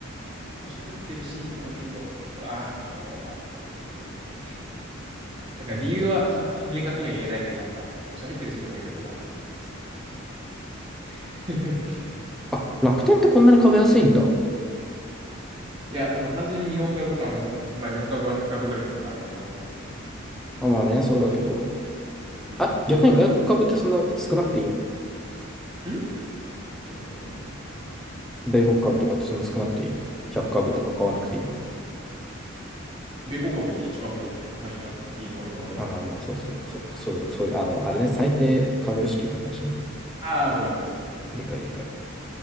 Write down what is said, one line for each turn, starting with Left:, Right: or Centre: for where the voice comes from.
Right: こう喋ってるシーンとか見ると、うわー、これは、うーみたいな。だから理由はちゃんと明確には言えないけど、
Centre: えっと、
Right: なんか、こう喋ってるシーンとか見ると、うわー、ちょっとこれきつそうやな。<laughs>
Centre: あ、楽天ってこんなに株安いんだ。
Right: いや、まあ単純に日本株、あ、まあそうね。まあ日本株は100株ぐらいしかからは買わないといけないけど、それ。
Centre: あ、まあね、そうだけど。
Right: うん、
Centre: あ、
Right: 分割し、
Centre: 逆に外国株ってそんな少なくていいの
Right: ん外国株
Centre: 米国株とかってそんな少なくていいの ?100 株とか買わなくていいの
Right: 米国株は別に1株と単位じゃん今、今俺ら買ってるの。
Centre: あ、まあまあ、そうそう、そうか、そういう、そういう、あの、あれね、最低株式の話ね。
Right: ああ、ごめんごめん、そうそうそう。
Centre: 理解、理解。